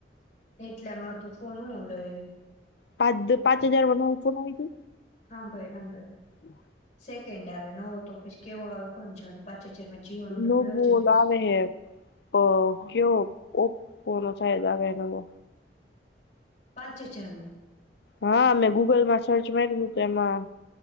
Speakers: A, on the left; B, on the left.
A: એટલામાં તું ફોન હું લય.
B: પાદ્ પાંચ હજારમાં ના બનાવી દે?
A: હાંભયળ હાંભયળ
B: હમ
A: સેકન્ડ આવે નવો તો પછી કેવો આવે કોણ જાણે પાંચ હજારમાં જીઓ નો ડબલું
B: નવો
A: આવી જતું
B: ઓલો
A: હશે.
B: આવે હે અ કયો ઓપ પોનો શાયદ આવે હે નવો
A: પાંચ હજારમાં
B: હા મેં ગૂગલમાં સર્ચ માર્યું તુ તો એમાં